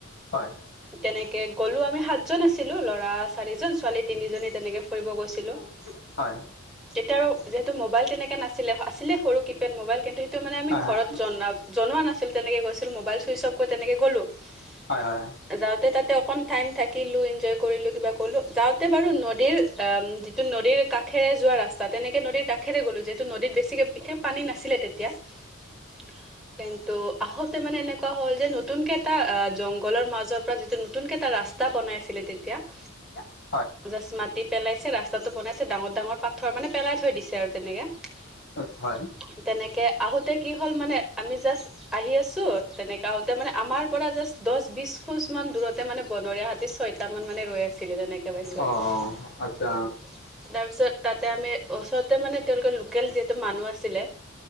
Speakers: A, on the left (about 50°); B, in the centre.
A: হয়। <inaudible>
B: তেনেকে গ'লো আমি সাতজন আছিলোঁ। লৰা চাৰিজন, ছোৱালী তিনিজনী তেনেকে ফুৰিব গৈছিলোঁ। <unintelligible>
A: <inaudible> হয়।
B: তেতিয়া আৰু যিহেতু মোবাইল তেনেকৈ নাছিলে আছিলে সৰু কিব <unintelligible> পেড মোবাইল কিন্তু সেইটো মানে আমি
A: হয়
B: ঘৰত
A: হয়।
B: জনা জনোৱা নাছিল তেনেকৈ গৈছিল মোবাইল ছুইচ অফ কৰি তেনেকৈ গ'লোঁ। <unintelligible>
A: হয়-হয়। <inaudible>
B: যাওঁতে তাতে অকন টাইম থাকিলোঁ, এনজয় কৰিলোঁ, কিবা কলো যাওঁতে বাৰু নদীৰ <unintelligible> আহ যিটো নদীৰ কাষেৰে যোৱা ৰাস্তা তেনেকে নদীৰ কাষৰে গলো যিহেতু নদীত বেছিকে বিশেষ পানী নাছি <unintelligible> ছিলে তেতিয়া। <inaudible> কিন্তু আহোঁতে মানে এনেকুৱা হ'ল যে নতুনকে এটা জংঘলৰ মাজৰ পৰা যিটো নতুন কে এটা ৰাস্তা <unintelligible> ৰাস্তা বনাই আছিলে তেতিয়া। <inaudible>
A: <unintelligible>
B: জাষ্ট মাটি পেলাইছে, ৰাস্তাটো বনাইছে, ডাঙৰ-ডাঙৰ পাত <unintelligible> পাথৰ মানে পেলাই থৈ দিছে আৰু তেনেকে। <unintelligible>
A: হয় হয়।
B: তেনেকৈ আহোঁতে কি হ'ল মানে আমি জাষ্ট আহি আছোঁ তেনেকৈ আহোঁতে মানে আমাৰ পৰা জাষ্ট <unintelligible> দহ, বিছ খোজ মান দূৰতে মানে বনৰীয়া হাতীৰ ছয়টা মান মানে ৰৈ আছিলে। <unintelligible> <unintelligible>
A: অ আচ্ছা
B: তাৰপিছত <unintelligible> আমি ওচৰতে মানে তেওঁলোকৰ লোকেল যিহেতু মানুহ আছিলে